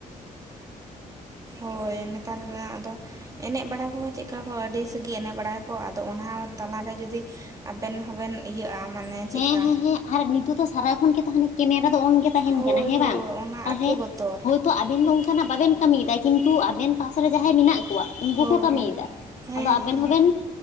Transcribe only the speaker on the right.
ᱦᱳᱭ ᱱᱮᱛᱟᱨ ᱟᱫᱚ ᱮᱱᱮᱜ ᱵᱟᱲᱟ ᱠᱚᱦᱚᱸ ᱪᱮᱜᱠᱟ ᱠᱚ ᱟᱹᱰᱤ ᱥᱮᱜᱮ ᱮᱱᱮᱜ ᱵᱟᱲᱟ ᱠᱚ ᱟᱫᱚ ᱚᱱᱟ ᱛᱟᱞᱟᱨᱮ ᱡᱩᱫᱤ ᱟᱵᱮᱱ ᱦᱚᱸᱵᱮᱱ ᱤᱭᱟᱹᱜᱼᱟ ᱢᱟᱱᱮ ᱪᱮᱜᱠᱟ
ᱦᱳᱭ
ᱦᱳᱭ
ᱚᱱᱟ
ᱟᱨᱠᱤ ᱵᱚᱛᱚᱨ
ᱦᱳᱭ
ᱦᱳᱭ ᱦᱮᱸ
ᱦᱮᱸ